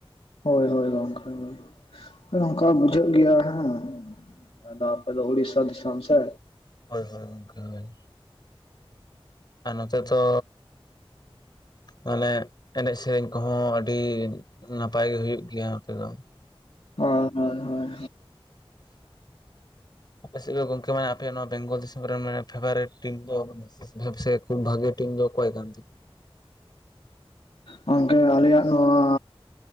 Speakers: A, on the left; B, on the left.
A: ᱦᱳᱭ ᱦᱳᱭ ᱜᱚᱝᱠᱮ ᱜᱮ᱾ ᱚᱝᱠᱟ ᱵᱩᱡᱷᱟᱹᱜ ᱜᱮᱭᱟ ᱦᱮᱸ ᱟᱫᱚ ᱟᱯᱮ ᱫᱚ ᱩᱲᱤᱥᱟ ᱫᱤᱥᱚᱢ ᱥᱮ᱾
B: ᱦᱳᱭ ᱦᱳᱭ ᱜᱚᱝᱠᱮ ᱦᱳᱭ ᱟᱨ ᱱᱚᱛᱮ ᱫᱚ᱾ ᱢᱟᱱᱮ- ᱮᱱᱮᱡ ᱥᱮᱨᱮᱧ ᱠᱚ ᱦᱚᱸ ᱟᱹᱰᱤ ᱱᱟᱯᱟᱭ ᱜᱮ ᱦᱩᱭᱩᱜ ᱜᱮᱭᱟ ᱱᱚᱛᱮ ᱫᱚ᱾
A: ᱦᱳᱭ ᱦᱳᱭ ᱦᱳᱭ᱾
B: ᱟᱯᱮ ᱥᱮᱫ ᱫᱚ ᱜᱚᱝᱢᱠᱮ ᱢᱟ ᱟᱯᱮ ᱱᱚᱣᱟ ᱵᱮᱝᱜᱚᱞ ᱫᱤᱥᱚᱢ ᱨᱮᱱ ᱢᱟᱱᱮ ᱯᱷᱮᱵᱟᱨᱤᱮᱴ ᱴᱤᱢ ᱫᱚ ᱥᱮ ᱠᱷᱩᱵ ᱵᱷᱟᱜᱮ ᱴᱤᱢ ᱫᱚ ᱚᱠᱚᱭ ᱠᱚᱸᱛᱮ?
A: ᱜᱚᱝᱠᱮ ᱟᱞᱮ ᱭᱟᱜ ᱫᱚ ᱣᱟᱸ